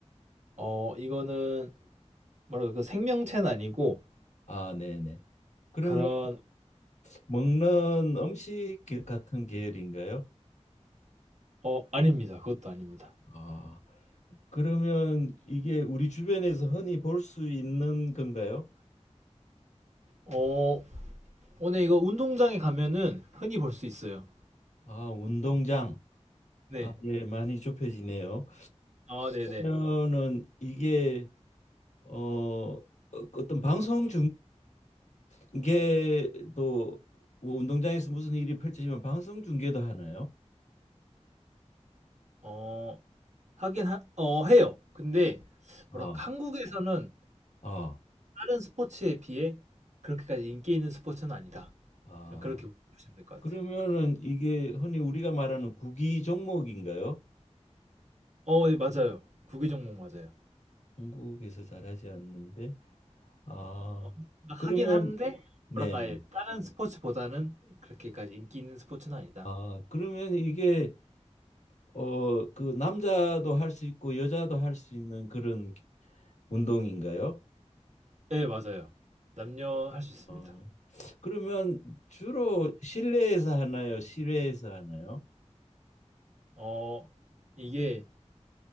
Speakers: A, on the right; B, on the left.
A: 어 이거는 뭐랄까 그 생명체는 아니고
B: 아, 네네. 그러면
A: 그런
B: 먹는 음식 계- 같은 계열인가요?
A: 어 아닙니다. 그것도 아닙니다.
B: 아, 그러면 이게 우리 주변에서 흔히 볼 수 있는 건가요?
A: 어 오늘 이거 운동장에 가면은 흔히 볼 수 있어요.
B: 아, 운동장.
A: 네.
B: 아, 예, 많이 좁혀지네요.
A: 아, 네네.
B: 그러면은 이게 어 어떤 방송 중계도 뭐 운동장에서 무슨 일이 펼쳐지면 방송 중계도 하나요?
A: 어 하긴 하, 어 해요. 근데 뭐랄까
B: 아,
A: 한국에서는
B: 아,
A: 다른 스포츠에 비해 그렇게까지 인기 있는 스포츠는 아니다.
B: 아.
A: 그렇게 보시면 될 것
B: 그러면은
A: 같아요.
B: 이게 흔히 우리가 말하는 구기 종목인가요?
A: 어, 예, 맞아요. 구기 종목 맞아요.
B: 한국에서 잘하지 않는데. 아,
A: 어, 하긴
B: 그러면
A: 하는데
B: 네네.
A: 뭐랄까 아예 다른 스포츠보다는 그렇게까지 인기 있는 스포츠는 아니다.
B: 아, 그러면 이게 어 그 남자도 할 수 있고 여자도 할 수 있는 그런 운동인가요?
A: 예, 맞아요. 남녀 할 수 있습니다.
B: 어. 그러면 주로 실내에서 하나요? 실외에서 하나요?
A: 어, 이게